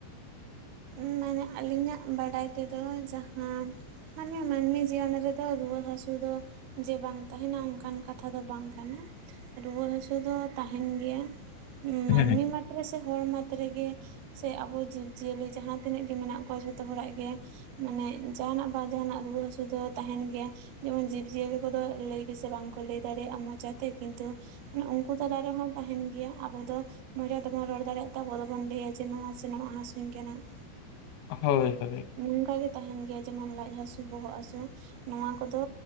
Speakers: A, on the right; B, on the left.
A: <unintelligible> ᱟᱹᱞᱤᱧᱟᱜ ᱵᱟᱰᱟᱭ ᱛᱮᱫᱚ ᱡᱟᱦᱟᱸ, ᱢᱟᱱᱮ ᱢᱟᱹᱱᱢᱤ ᱡᱤᱭᱚᱱ ᱨᱮ ᱫᱚ ᱨᱩᱣᱟᱹ ᱦᱥᱩ ᱫᱚ, ᱡᱮ ᱵᱟᱝ ᱛᱟᱦᱮᱱᱟ ᱚᱱᱠᱟᱱ ᱠᱟᱛᱷᱟ ᱫᱚ ᱵᱟᱝ ᱠᱟᱱᱟ᱾ ᱨᱩᱣᱟᱹ ᱦᱟᱹᱥᱩ ᱫᱚ ᱛᱟᱦᱮᱱ ᱜᱮᱭᱟ ᱾ ᱢᱟᱹᱱᱢᱤ
B: ᱦᱮᱸ
A: ᱢᱟᱛᱨᱮ ᱥᱮ ᱦᱚᱲ ᱢᱟᱛᱨᱮᱜᱮ ᱥᱮ ᱟᱵᱚ ᱡᱤᱵ ᱡᱤᱭᱟᱹᱞᱤ ᱾ ᱡᱟᱦᱟᱸ ᱛᱤᱱᱟᱹᱜ ᱜᱮ ᱢᱮᱱᱟᱜ ᱠᱚᱣᱟ ᱡᱷᱚᱛᱚ ᱦᱚᱲᱟᱜ ᱜᱮ ᱾ ᱢᱟᱱᱮ ᱡᱟᱦᱟᱸᱦᱟᱱᱟᱜ ᱵᱟ ᱡᱟᱦᱟᱱᱟᱜ ᱨᱩᱣᱟᱹ ᱦᱟᱹᱥᱩ ᱫᱚ ᱛᱟᱦᱮᱱ ᱜᱮᱭᱟ ᱾ ᱡᱮᱢᱚᱱ ᱡᱤᱵᱼᱡᱤᱭᱟᱹᱞᱤ ᱠᱚᱫᱚ ᱞᱟᱹᱭ ᱜᱮᱥᱮ ᱵᱟᱝᱠᱚ ᱞᱟᱹᱭ ᱫᱟᱲᱮᱭᱟᱜᱼᱟ ᱢᱚᱪᱟᱛᱮ ᱠᱤᱱᱛᱩ ᱾ ᱢᱟᱱᱮ ᱩᱱᱠᱩ ᱛᱟᱞᱟ ᱨᱮᱦᱚᱸ ᱛᱟᱦᱮᱱ ᱜᱮᱭᱟ ᱟᱵᱚ ᱫᱚ ᱾ ᱢᱚᱸᱡᱟ ᱛᱮᱵᱚᱱ ᱨᱚᱲ ᱫᱟᱲᱮᱭᱟᱜ ᱛᱟᱵᱚ ᱫᱚᱵᱚᱱ ᱞᱟᱹᱭᱟ ᱡᱮ ᱱᱚᱣᱟ ᱥᱮ ᱱᱚᱣᱟ ᱦᱟᱹᱥᱩᱧ ᱠᱟᱱᱟ ᱾
B: ᱦᱳᱭ ᱦᱳᱭ ᱾
A: ᱱᱚᱝᱠᱟ ᱜᱮ ᱛᱟᱦᱮᱱ ᱜᱮᱭᱟ ᱡᱮᱢᱚᱱ ᱞᱟᱡ ᱦᱥᱩ ᱵᱚᱦᱚᱜ ᱦᱟᱥᱩ ᱾ ᱱᱚᱣᱟ ᱠᱚᱫᱚ